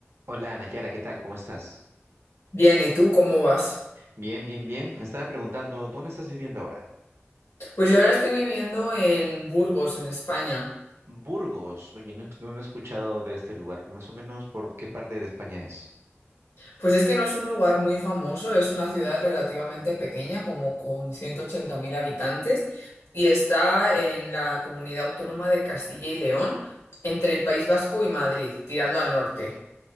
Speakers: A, on the right (about 70°); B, on the left (about 80°).
A: Hola, Nayara, ¿qué tal? ¿Cómo estás?
B: Bien, ¿y tú cómo vas?
A: Bien, bien, bien. Me estaba preguntando, ¿dónde estás viviendo ahora?
B: Pues yo ahora estoy viviendo en Burgos, en España.
A: Burgos. Oye, no, no no he escuchado de este lugar. Más o menos, ¿por qué parte de España es?
B: Pues es que no es un lugar muy famoso, es una ciudad relativamente pequeña, como con 180.000 habitantes, y está en la comunidad autónoma de Castilla y León, entre el País Vasco y Madrid, tirando al norte.